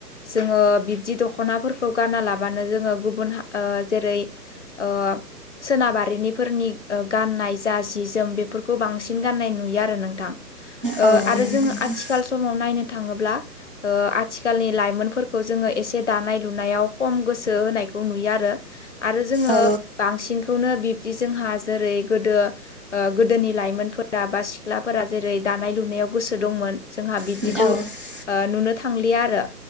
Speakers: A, on the left; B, on the right.
A: जोङो बिब्दि दख'नाफोरखौ गाना लाबानो जोङो गुबुन जेरै ओ सोनाबारिनिफोरनि गाननाय जा जि जोम बेफोरखौ बांसिन गाननाय नुयो आरो नोंथां। ओ
B: औ
A: आरो
B: नंगौ
A: जोंङो
B: नोंथां
A: आथिखाल आथिखाल समाव नायनो थांङोब्ला ओ आथिखालनि लाइमोनफोरखौ जोंङो एसे दानाय लुनायाव खम गोसो होनायखौ नुयो आरो आरो जोंङो
B: औ
A: बांसिन खौनो बिब्दि जोंहा जेरै गोदो ओ गोदोनि लाइमोनफोरा बा सिख्लाफोरा जेरै दानाय लुनायाव गोसो दंमोन। जोंहा बिबदिखौ
B: नंगौ
A: ओ नुनो थांलिया आरो।